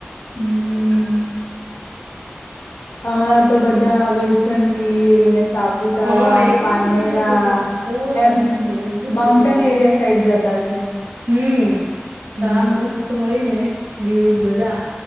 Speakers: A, on the left; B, on the right.
A: હમ હમણાં તો બધા વિલ્સન હિલ ને સાપ પુતારા
B: હા એવું
A: પાનેરા
B: જ બધી જગ્યા પર બહુ જતા
A: એમ
B: છે એવું જ
A: માઉન્ટેન
B: બધી બહુ જગ્યા
A: એરિયા
B: પર
A: સાઈડ જતા છે
B: હમ
A: હમ
B: તા મસ્ત તો હોય ને વ્યુઝ બધા